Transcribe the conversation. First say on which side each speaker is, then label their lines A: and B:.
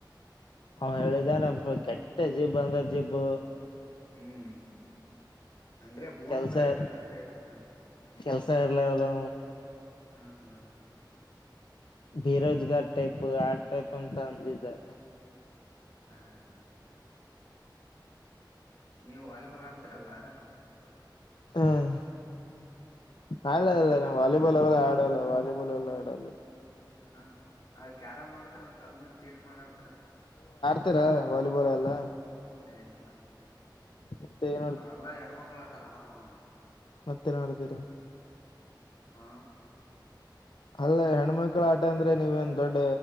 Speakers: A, on the left; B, on the left.
A: ಹ ಹೇಳಿದಿದ್ದಾರೆ ಕೆಟ್ಟ ಜೀಬ್ ಅಂದ್ರ ಜೀಬ್
B: ಹ್ಮ್ ಅಂದ್ರೆ ಭೂನ್
A: ಕೆಲ್ಸ
B: ತರ ಇದಾನೆ ಅಂತ ಹೇಳಿರ್ತಾನ
A: ಕೆಲ್ಸ ಇರ್ಲದು
B: ಹಾ ಹಾ
A: ಬೇರೋಜ್ಗಾರ್ ಟೈಪ್ ಆ ಟೈಪ್ ಅಂತ ಅಂದಿದೆ
B: ಹಾ ಹಾ ನೀವು ವಾಲಿಬಾಲ್ ಆಡ್ತೀರಲ್ಲ
A: ಹ್ಮ್ ನಲ್ಲ
B: ಬರ್ತ ನೋಡಕ
A: ಅಲ್ಲ ವಾಲಿಬಾಲ್ ಅವಲ್ಲ ಆ ಇಡಾಲ ವಾಲಿಬಾ ಎಲ್ಲ ಇಡಲ್ಲ
B: ಹಾ ಕ್ಯಾರ ಮಾಡ್ತಾರ ಅಂತ ಅದ್ನ್ನು ಚೀಟ್ ಮಾಡಾಡ್ತಾರ ಅಂತ
A: ಇತರ ವಾಲಿಬಾಲ್ ಎಲ್ಲ
B: ಹ ಇಲ್ಲ
A: ಮತ್ತೆ ಏನ್
B: ಅವೆಲ್ಲ ಹೆಣಮಕ್ಕಳ ಆಟ ಆಡಲ್ಲ ನವು
A: ಮತ್ತೆಲ್ಲ ಮಾಡಡ್ತೀರ
B: ಹಾ
A: ಅಲ್ಲ ಹೆಣ್ಮಕ್ಳ ಆಟ ಅಂದ್ರೆ ನೀವೇನ್ ದೊಡ್ಡ